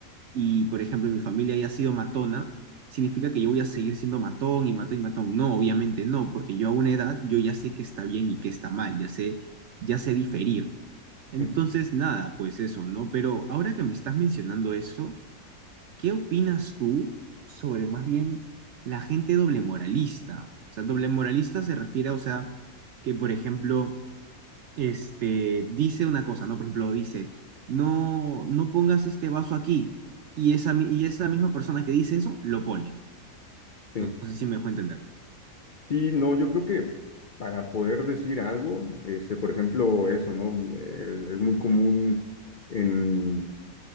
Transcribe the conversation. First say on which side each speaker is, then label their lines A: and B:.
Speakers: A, on the right; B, on the left.
A: y, por ejemplo, mi familia haya sido matona, significa que yo voy a seguir siendo matón y matón y matón. No, obviamente no, porque yo a una edad yo ya sé qué está bien y qué está mal, ya sé, ya sé diferir. Entonces,
B: ujú,
A: nada, pues eso, ¿no? Pero ahora que me estás mencionando eso, ¿qué opinas tú sobre más bien la gente doble moralista? O sea, doble moralista se refiere, a, o sea, que por ejemplo, este, dice una cosa, ¿no? Por ejemplo, dice, no, no pongas este vaso aquí, y esa, mi- y esa misma persona que dice eso, lo pone.
B: sí.
A: No, no sé si me dejó entender.
B: Sí, no, yo creo que para poder decir algo, este, por ejemplo, eso, ¿no? Eh, es muy común en,